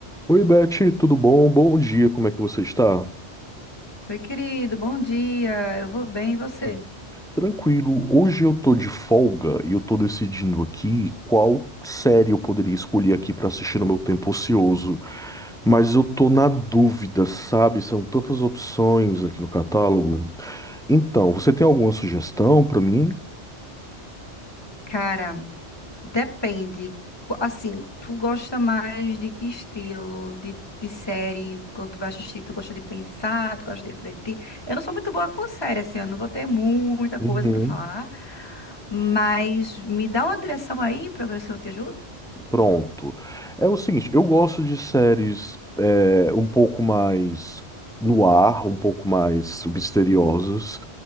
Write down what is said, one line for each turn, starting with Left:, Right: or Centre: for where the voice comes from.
Centre: Oi, Beth, tudo bom? Bom dia, como é que você está?
Left: Oi, querido, bom dia. Eu vou bem, e você?
Centre: Tranquilo, hoje eu tô de folga e eu tô decidindo aqui qual série eu poderia escolher aqui para assistir no meu tempo ocioso. Mas eu tô na dúvida, sabe? São tantas opções aqui no catálogo. Então, você tem alguma sugestão para mim?
Left: Cara, depende. Qu- Assim, tu gosta mais de que estilo de, de série? Quando tu vai assistir, tu gosta de pensar, tu gosta de refletir? Eu não sou muito boa com série, assim, eu não vou ter muita
Centre: Uhum.
Left: coisa pra falar, mas me dá uma direção aí pra ver se eu te ajudo.
Centre: Pronto. É o seguinte, eu gosto de séries é, um pouco mais no ar, um pouco mais misteriosas.